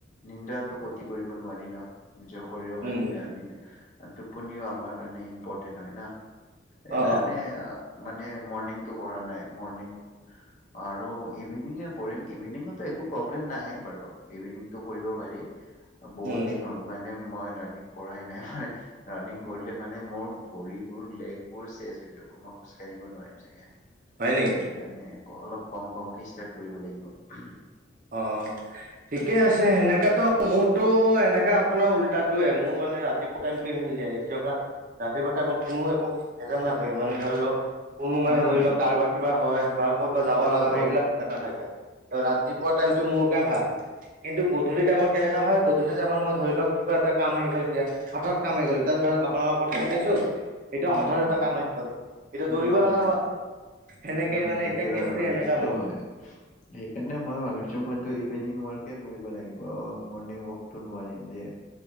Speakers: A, on the left; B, on the right.
A: নিন্দাওটো খটি কৰিব নোৱাৰি ন। নিজৰ শৰীৰৰ কাৰণে
B: উম,
A: বেয়া নিদে আৰু টোপনিও আমাৰ কাৰণে ইম্পৰ্টেণ্ট হয় না। সেইকাৰণে
B: অ', অ',
A: আ মানে মৰ্ণিংটো কৰা নাই মৰ্ণিং অ আৰু ইভিনিঙে কৰিম, ইভিনিংতো একো প্ৰব্লেম নাহে বাৰু ইভিনিংটো কৰিব পাৰি। অ বহুত
B: উম।
A: দিন হ'ল মানে মই ৰাণিং কৰাই নাই মানে ৰানিং কৰিলে মানে মোৰ ভৰিবোৰ, লেগবোৰ চেচ হৈ যাব, মই খোজ কাঢ়িব নোৱাৰিম চাগে।
B: হয় নি?
A: সেইকাৰণে ক অলপ কম কমকে ষ্টাৰ্ট কৰিব লাগিব উহু।
B: অ অ ঠিকে আছে সেনেকাটো মোৰতো এনেকা আপোনাৰ উল্টাটোয়ে মোৰ মানে ৰাতি ও টাইমটোয়ে মিলে কিয়বা ৰাতিপুৱা টাইমত কোনো একো ভেজাল নাথাকে মানে ধৰি লওক কোনো মানে
A: অ নহয়
B: ধৰি লওক কাৰোবাৰ কিবা হয় বা ক'তবা যাব
A: অ
B: লাগা হয়
A: অ
B: সেইগিলাক নাথাকে, ত ৰাতিপুৱা টাইমটো মোৰ কাৰণে ভাল। কিন্তু গধূলি টাইমত
A: অ
B: কেনেকা হয়? গধূলি টাইমত মই ধৰি লওক কিবা এটা কাম আহি গ'ল এতিয়া হঠাৎ কাম আহি গ'ল এতিয়া ধৰ আপোনাৰ কথা পাতি আছো এতিয়া
A: উম
B: হঠাৎ
A: উম
B: এটা
A: উম
B: কাম আহি গ'ল। এতিয়া
A: উম
B: দৌৰিব
A: উম
B: লগা
A: উম
B: হ'ল। সেনেকে
A: উম
B: মানে
A: সেইটোৱে
B: এতিয়া কেচটো
A: আৰু
B: সেনেকা
A: সেইটোত
B: মোৰ
A: হয়। সেইকাৰণে মই ভাবিছো মইতো ইভিনিং ৱাৰকে কৰিব লাগিব, মৰ্ণিং ৱকটো নোৱাৰিম। ডে